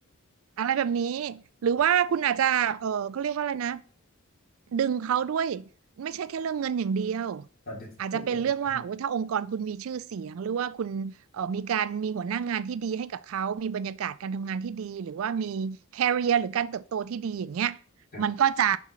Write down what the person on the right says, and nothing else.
อะไรแบบนี้หรือว่าคุณอาจจะเออเขาเรียกว่าอะไรนะ
ดึงเขาด้วยไม่ใช่แค่เรื่องเงินอย่างเดียว
อาจจะเป็นเรื่องว่าโอ้ยถ้าองค์กรคุณมีชื่อเสียงหรือว่าคุณเออมีการมีหัวหน้างานที่ดีให้กับเขามีบรรยากาศการทำงานที่ดีหรือว่ามี career หรือการเติบโตที่ดีอย่างเงี้ย
มันก็จะ